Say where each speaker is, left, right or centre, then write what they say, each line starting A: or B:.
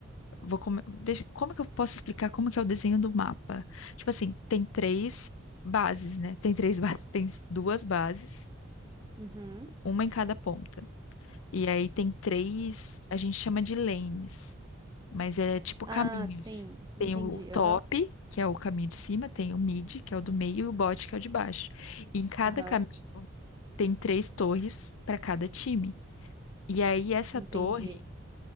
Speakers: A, on the left (about 75°); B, on the right (about 20°).
A: vou come- deixa- como que eu posso explicar como que é o desenho do mapa? Tipo assim, tem três bases, né? Tem três <laughs> bases, tem duas bases,
B: Uhum.
A: uma em cada ponta. E aí tem três, a gente chama de lanes, mas é tipo
B: Ah,
A: caminhos.
B: sim.
A: Tem
B: Entendi.
A: o top,
B: Aham.
A: que é o caminho de cima, tem o mid, que é o do meio, e o bot, que é o de baixo. E em cada
B: Aham.
A: caminho tem três torres para cada time. E aí essa
B: Entendi.
A: torre,